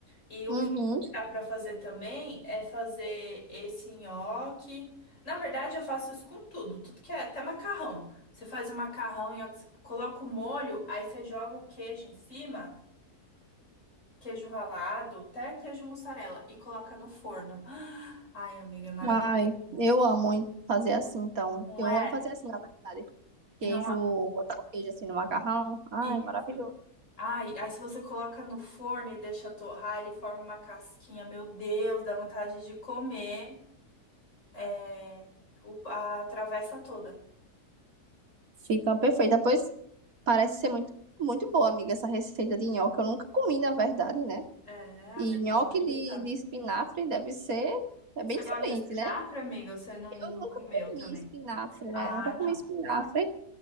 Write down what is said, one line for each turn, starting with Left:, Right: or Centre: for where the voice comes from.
Left: E o
Right: Uhum.
Left: que dá pra fazer também é fazer esse nhoque. Na verdade, eu faço isso com tudo, tudo que é, até macarrão. Você faz o macarrão, nhoque, você coloca o molho, aí você joga o queijo em cima queijo ralado, até queijo mussarela e coloca no forno. <gasps> Ai, amiga, é maravilhoso.
Right: Ai, eu amo hein, fazer assim, então.
Left: Não
Right: Eu
Left: é?
Right: amo fazer assim, na verdade.
Left: Não
Right: Queijo,
Left: é
Right: botar o queijo assim no macarrão. Ai,
Left: isso.
Right: maravilhoso.
Left: Ai, aí se você coloca no forno e deixa torrar, ele forma uma casquinha. Meu Deus, dá vontade de comer é, o- a travessa toda.
Right: Fica perfeito. Depois parece ser muito, muito boa, amiga, essa receita de nhoque. Eu nunca comi, na verdade, né?
Left: É, amiga,
Right: E nhoque
Left: você vai gostar.
Right: de, de espinafre deve ser é
Left: Você
Right: bem diferente,
Left: gosta de espinafre,
Right: né?
Left: amiga? ou Você não,
Right: Eu
Left: não
Right: nunca
Left: comeu
Right: comi
Left: também?
Right: espinafre,
Left: Ah,
Right: né? Nunca comi
Left: não.
Right: espinafre.